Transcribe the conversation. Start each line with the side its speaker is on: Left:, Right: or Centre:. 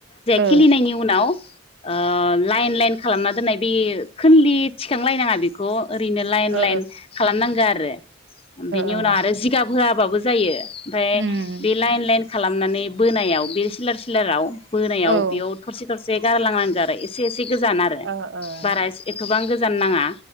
Right: ओ
Left: खिलिनायनि उनाव ओ लाइन लाइन खालामना दोननाय बे खोनलि थिखांलायनाङा बेखौ ओरैनो लाइन
Right: ओ
Left: लाइन खालामनांगो आ रोे बिनि
Right: ओ
Left: उनाव आरो जिगाब होआ बाबो जायो आमफाय
Right: उम
Left: बे लाइन लाइनख खालामनानै बोनायाव बे सिलार सिलाराव बोनायाव
Right: औ ओ
Left: थरसे थरसे गारलांनांगो आरो एसे एसे से गोजान आरो
Right: ओ
Left: बारा एसे-एथबां गो जानो नाङा